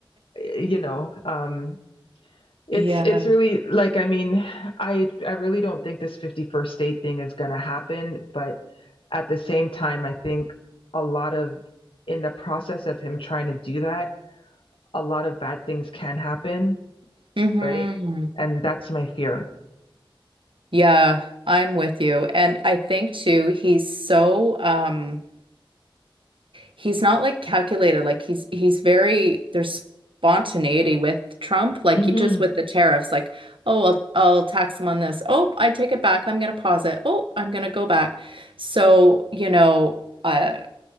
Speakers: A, on the left (about 75°); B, on the right (about 70°).
A: you know, um, it's
B: Yeah.
A: it's really like I mean, I I really don't think this 51st state thing is gonna happen, but at the same time, I think a lot of in the process of him trying to do that a lot of bad things can happen,
B: hmm
A: right? And that's my fear.
B: Yeah, I'm with you. And I think too, he's so um he's not like calculated. Like he's he's very there's spontaneity with Trump, like
A: Mm-hmm.
B: he- just with the tariffs, like, oh, I'll I'll tax him on this. Oh, I take it back. I'm gonna pause it. Oh, I'm gonna go back. So, you know, uh